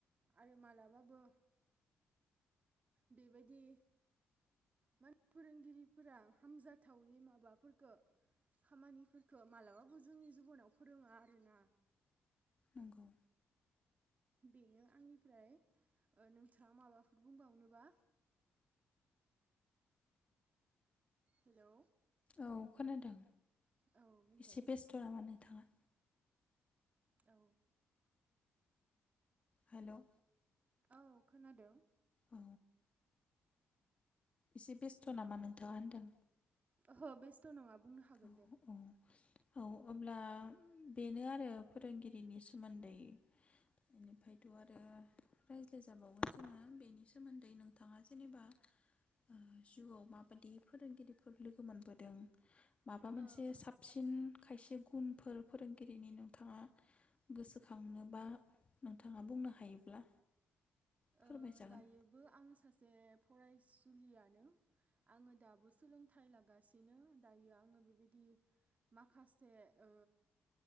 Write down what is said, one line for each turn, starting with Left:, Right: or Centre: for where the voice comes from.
Right: आरो मालाबाबो बेबायदि म फोरोंगिरि फोर हामजाथावि माबाफोरफोरखौ खामानिफोरखौ मालाबाबो जोंनि जिबनाव फोरोङा आरोना
Left: नंगौ
Right: बेनो आंनिफ्राय नोंथाङा माबाफोर बुंबावनोबा हेलौ
Left: औ खोनादों
Right: औ बुंलाय
Left: एसे बेस्थ नामा नोंथाङा?
Right: औ
Left: हेलौ
Right: औ खोनादों
Left: औ एसे बेस्थ नामा नोंथाङा होनदों
Right: ओहो बेसथ नङा बुंनो हागोन
Left: औ
Right: दे
Left: औ औ अब्ला बेनो आरो फोरोंगिरिनि सोमोन्दै बेनिफ्रायथ' आरो रायज्लायजाबावगोन जोङो बेनि सोमोन्दै नोंथाङा जेनेबा ओ जिउआव माबादि फोरोंगिरिफोर लोगो मोनबोदों माबा मोनसे
Right: ओ ओ
Left: साबसिन खायसे गुनफोर फोरोंगिरिनि थाङा गोसो खांनोबा नोंथाङा बुंनो हायोब्ला फोरमायजागोन।
Right: ओ दायोबो आं सासे फराय सुलियनो आङो दाबो सोलोंथाइ लागासिनो दायो आङो बेबायदि माखासे ओ